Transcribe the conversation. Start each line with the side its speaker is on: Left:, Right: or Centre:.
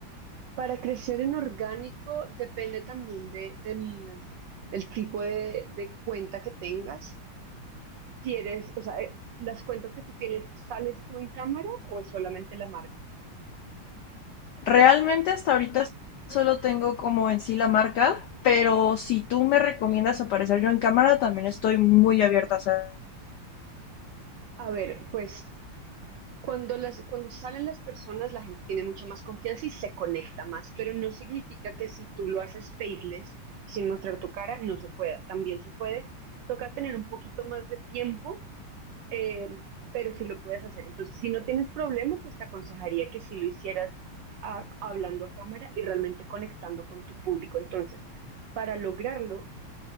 Right: Para crecer en orgánico depende también de, del, del tipo de, de cuenta que tengas. Si eres, o sea, eh, las cuentas que tú tienes, ¿sales tú en cámara o es solamente la marca?
Left: Realmente hasta ahorita solo tengo como en sí la marca, pero si tú me recomiendas aparecer yo en cámara, también estoy muy abierta a hacer.
Right: A ver, pues cuando las, cuando salen las personas, la gente tiene mucha más confianza y se conecta más, pero no significa que si tú lo haces faceless, sin mostrar tu cara, no se pueda. También se puede. Toca tener un poquito más de tiempo eh, pero si lo puedes hacer. Entonces, si no tienes problema, pues te aconsejaría que si lo hicieras a- hablando a cámara y realmente conectando con tu público. Entonces, para lograrlo,